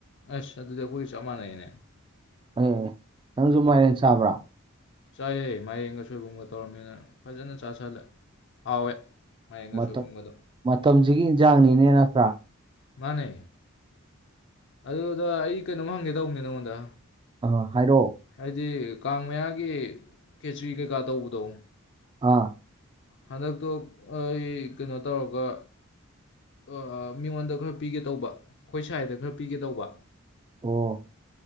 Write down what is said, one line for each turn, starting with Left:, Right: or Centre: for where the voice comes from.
Left: ꯑꯁ ꯑꯗꯨꯗꯤ ꯑꯩꯈꯣꯏ ꯆꯞ ꯃꯥꯟꯅꯩꯅꯦ
Right: ꯑꯦꯑꯦ ꯅꯪꯁꯨ ꯃꯥꯏꯔꯦꯟ ꯆꯥꯕ꯭ꯔꯥ
Left: ꯆꯥꯏꯌꯦ ꯃꯥꯏꯔꯦꯟꯒ ꯁꯣꯏꯕꯨꯝꯒ ꯇꯧꯔꯝꯃꯦꯅ ꯐꯥꯖꯅ ꯆꯥꯥꯁꯜꯂꯦ ꯍꯥꯎꯋꯦ ꯃꯥꯏꯔꯦꯟꯒ
Right: ꯃꯇꯝ
Left: ꯁꯣꯏꯕꯨꯝꯒꯗꯣ
Right: ꯃꯇꯝꯁꯤꯒꯤ ꯏꯟꯖꯥꯡꯅꯤꯅꯦ ꯅꯠꯇ꯭ꯔꯥ
Left: ꯃꯥꯅꯦ ꯑꯗꯨꯗ ꯑꯩ ꯀꯩꯅꯣꯝ ꯍꯪꯒꯦ ꯇꯧꯕꯅꯦ ꯅꯪꯉꯣꯟꯗ
Right: ꯑꯥ ꯍꯥꯏꯔꯛꯑꯣ
Left: ꯍꯥꯏꯗꯤ ꯀꯥꯡ ꯃꯌꯥꯒꯤ ꯈꯦꯆ꯭ꯔꯤ ꯀꯩꯀꯥ ꯇꯧꯕꯗꯣ
Right: ꯑꯥ
Left: ꯍꯟꯗꯛꯇꯣ ꯑꯩ ꯀꯩꯅꯣ ꯇꯧꯔꯒ ꯑꯥ ꯃꯤꯉꯣꯟꯗ ꯈꯔ ꯄꯤꯒꯦ ꯇꯧꯕ ꯈꯣꯏ ꯁꯥꯏꯗ ꯈꯔ ꯄꯤꯒꯦ ꯇꯧꯕ
Right: ꯑꯣ